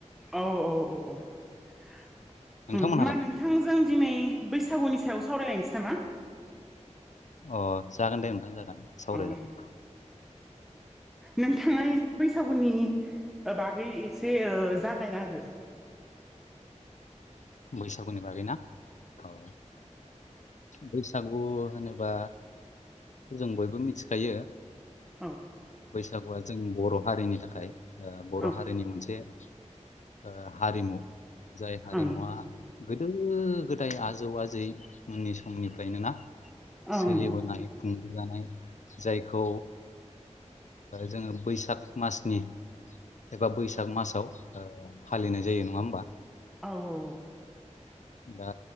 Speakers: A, in the centre; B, on the left.
A: औ-औ-औ
B: नोंथांमोनहालाय
A: मा नोंथांजों दिनै बैसागुनि सायाव सावरायलायनोसै नामा
B: अ जागोन दे नोंथां जागोन सावरायजागोन
A: अ नोंथाङा बैसागुनि बागै एसे जागायना होदो
B: बैसागुनि बागै ना औ बैसागु होनोबा जों बयबो मिथिखायो
A: औ
B: बैसागुआ जों बर' हारिनि थाखाय ओ बर'
A: औ
B: हारिनि मोनसे ओ हारिमु जाय हारिमुवा
A: ओं ओं
B: गोदो गोदाय आजौ आजै उननि समनिफ्रायनो ना
A: औ
B: सोलिबोनाय
A: उम
B: खुंबोजानाय जायखौ जोङो बैसाग मासनि एबा बैसाग मासाव फालिनाय जायो नङा होमबा
A: औ औ
B: दा